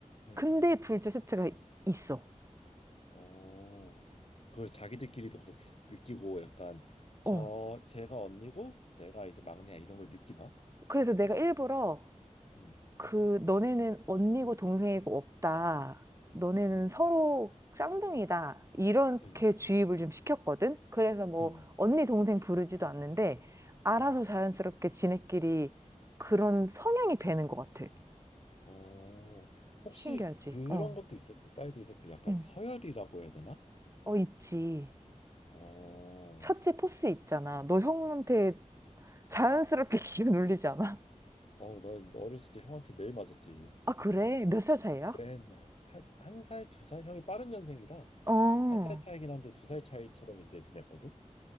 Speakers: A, on the left; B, on the right.
A: 응.
B: 근데 둘째, 셋째가 있어.
A: 어. 그걸 자기들끼리도 그렇게 느끼고 약간
B: 어.
A: 저 제가 언니고 내가 이제 막내야 이런 걸 느끼나?
B: 그래서 내가 일부러
A: 음.
B: 그 너네는 언니고 동생이고 없다. 너네는
A: 음.
B: 서로 쌍둥이다. 이렇게
A: 음.
B: 주입을 좀 시켰거든. 그래서 뭐
A: 음.
B: 언니 동생 부르지도 않는데 알아서
A: 음.
B: 자연스럽게 지네끼리 그런 성향이 배는 것 같아.
A: 어, 혹시
B: 신기하지?
A: 그런
B: 어.
A: 것도 있었어. 그 딸들도 그 약간
B: 응.
A: 서열이라고 해야 되나?
B: 어, 있지.
A: 어,
B: 첫째 포스 있잖아. 너 형한테 자연스럽게 <laughs> 기운 올리지 않아?
A: 어, 나 어렸을 때 형한테 매일 맞았지.
B: 아, 그래? 몇 살 차이야?
A: 맨날 한, 한 살, 두 살? 형이 빠른 년생이라
B: 어.
A: 한 살 차이긴 한데 두 살 차이처럼 이제 지냈거든.